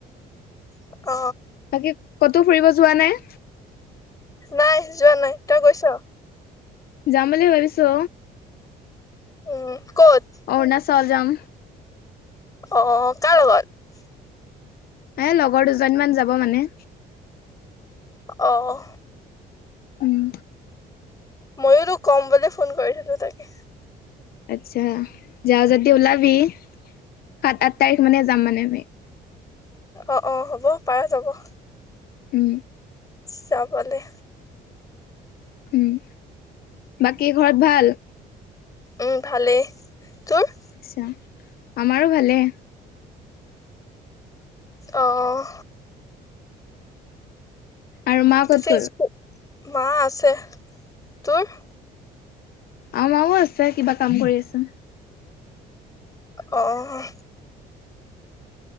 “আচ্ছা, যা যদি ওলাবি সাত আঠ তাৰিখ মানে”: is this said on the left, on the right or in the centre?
Left